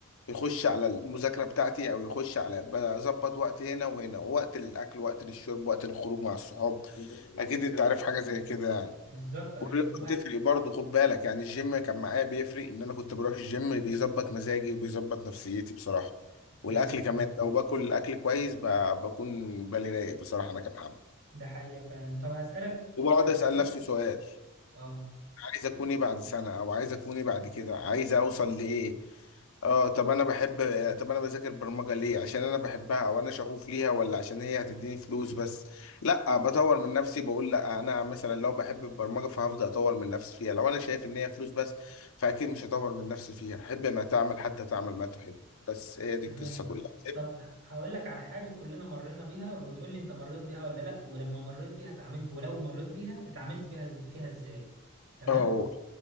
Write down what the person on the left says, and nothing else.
يخش على المذاكرة بتاعتي أو يخش على بظبط وقت هنا وهنا ووقت للأكل ووقت للشرب وقت للخروج مع الصحاب أكيد أنت عارف حاجة زي كده يعني
والرياضة
بتفرق برضه خد بالك يعني الجيم كان معايا بيفرق إن أنا كنت بروح الجيم بيظبط مزاجي وبيظبط نفسيتي بصراحة والأكل
كمان لو باكل الأكل كويس ب- بكون بالي رايق بصراحة أنا كمحمد
وبقعد
أسأل
نفسي سؤال
عايز اكون ايه بعد سنه او عايز اكون ايه بعد كده عايز اوصل لايه اه طب انا بحب طب انا بذاكر برمجه ليه عشان انا بحبها او انا شغوف ليها ولا عشان هي هتديني فلوس بس لا بطور من نفسي بقول لا انا مثلا لو بحب البرمجه فهفضل اطور من نفسي فيها لو انا شايف ان هي فلوس بس فاكيد مش هطور من نفسي فيها حب ما تعمل حتى تعمل ما تحب بس هي دي
القصه كلها
اه قول.